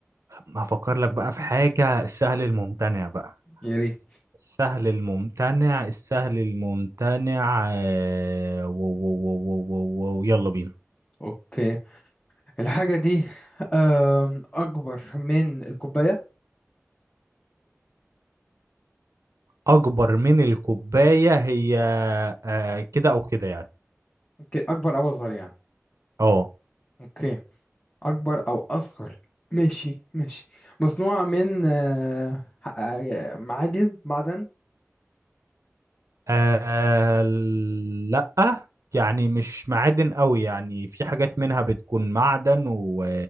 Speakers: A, on the right (about 85°); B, on the left (about 25°).
A: طب ما هفكر لك بقى في حاجة السهل الممتنع بقى
B: يا ريت
A: السهل الممتنع السهل الممتنع آه، و و و و و و يلا بينا
B: اوكي الحاجه دي آم، اكبر من الكوبايه
A: أكبر من الكوباية هي آه، كده أو كده يعني
B: اوكي اكبر او اصغر يعني
A: اه
B: اوكي اكبر او اصغر ماشي ماشي مصنوعه من آه، آه، معادن معدن
A: آه، لأ يعني مش معادن قوي يعني في حاجات منها بتكون معدن و-